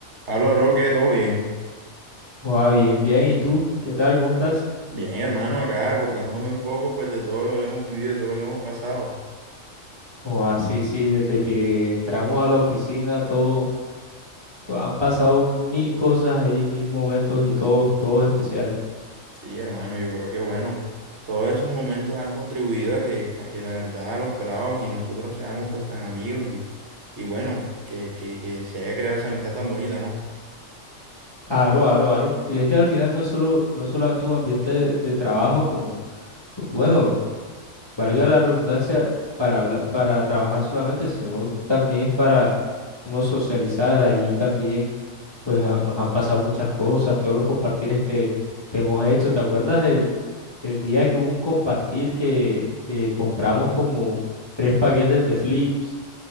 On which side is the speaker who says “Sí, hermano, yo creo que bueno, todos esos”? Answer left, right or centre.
Right